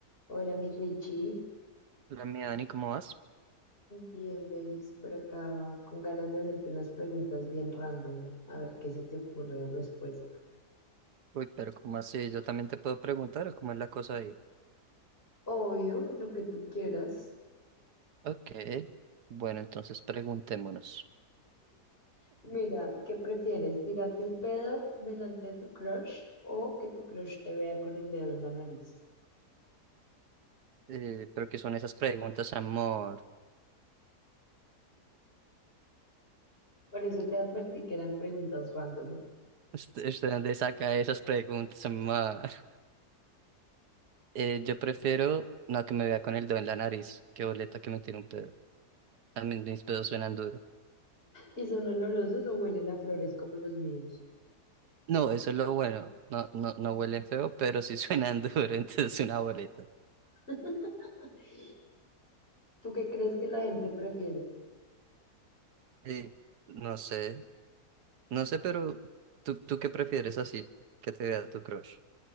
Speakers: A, on the left; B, on the right.
A: Hola, mi Richie.
B: La mía, Dani, ¿cómo vas?
A: Bien, Bellis, por acá, con ganas de hacerte unas preguntas bien random, a ver qué se te ocurre de respuesta.
B: Uy, pero ¿cómo así? Yo también te puedo preguntar, ¿o cómo es la cosa ahí?
A: Obvio, lo que tú quieras.
B: Ok, bueno, entonces preguntémonos.
A: Mira, ¿qué prefieres? ¿Tirarte un pedo delante de tu crush o que tu crush te vea con el dedo en la nariz?
B: Eh, ¿pero qué son esas preguntas, amor?
A: Por eso te advertí que eran preguntas random.
B: ¿Usted, usted dónde saca esas preguntas, amor? <laughs> Eh, yo prefiero no que me vea con el dedo en la nariz. Qué boleta que me tire un pedo. A mí mis pedos suenan duro.
A: ¿Y son olorosos o huelen a flores como los míos?
B: No, eso es lo bueno. No, no, no huelen feo, pero sí suenan <laughs> duro, entonces una boleta.
A: <laughs> ¿Tú qué crees que la gente prefiere?
B: Eh, no sé, no sé, pero ¿tú, tú qué prefieres así? Que te vea tu crush.